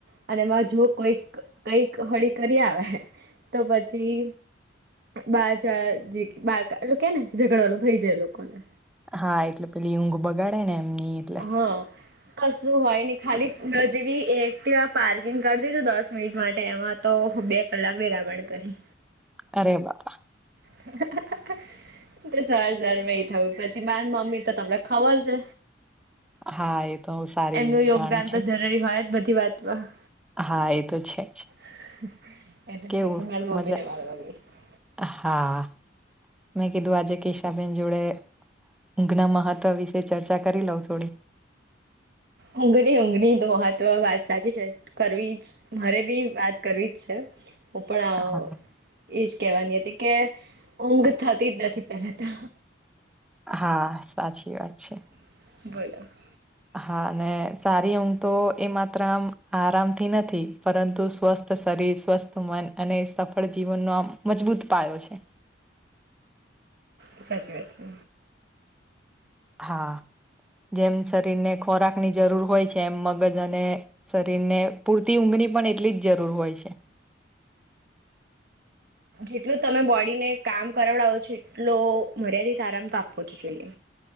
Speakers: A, on the right (about 55°); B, in the centre.
A: અને એમાં જો કોઈક કઈક હળી કરી આવે તો પછી બા ચાર જે બા એટલે કે ને ઝઘડવાનું થઈ જાય એ લોકો ને
B: હા એટલે પેલી ઊંઘ બગાડે ને એમની એટલે
A: હા કશું હોય ને ખાલી જેવી એક્ટવા પાર્કિંગ કરતી દસ મિનિટ માટે એમાં. તો બે કલાક વિરાબણ કરી.
B: અરે વા
A: <inaudible> સર સર મે થયું પછી મારી મમ્મી તો તમને ખબર છે.
B: હા એ તો હું સારી
A: એમનું
B: રીતે
A: યોગદાન
B: જાણું છું
A: તો જરૂરી હોય જ બધી વાતમાં.
B: હા એ તો છે.
A: <inaudible>
B: જ કેવું મજા હા મેં કીધું આજે કેશાબેન જોડે. ઊંઘના મહત્ત્વ વિશે ચર્ચા કરી લઉ થોડી.
A: ઊંઘણી ઊંઘની તો મહત્વ વાત સાચી છે. કરવી જ મારે બી વાત કરવી જ છે હું પણ.
B: હા
A: એજ કેહેવાની હતી કે ઊંઘ થતી જ નથી પહેલા તો
B: હા સાચી વાત છે
A: <inaudible>
B: હા અને સારી ઊંઘ તો એ માત્ર આમ આરામથી નથી પરંતુ સ્વસ શરીર સ્વસ્થ મન અને સફળ જીવનનો આમ મજબૂત પાયો છે.
A: સાચી વાત છે.
B: હા જેમ શરીર ને ખોરાકની જરૂર હોય છે એમ મગજ અને, શરીર ને પૂરતી ઊંઘની પણ એટલી જ જરૂર હોય છે.
A: જેટલું તમે બોડીને કામ કરાવડાવો છો એટલો મર્યાદિત આરામ તો આપવો જ જોઈએ.